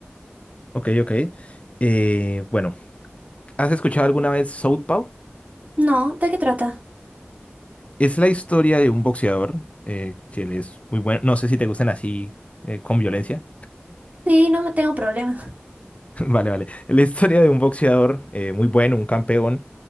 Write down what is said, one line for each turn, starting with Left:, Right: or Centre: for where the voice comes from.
Left: Ok, ok. Eh, bueno, ¿Has escuchado alguna vez Southpaw?
Right: No, ¿de qué trata?
Left: Es la historia de un boxeador eh, que él es muy bueno. No sé si te gustan así eh, con violencia.
Right: Sí, no me tengo problema. <laughs>
Left: <laughs> Vale, vale. La historia de un boxeador eh, muy bueno, un campeón.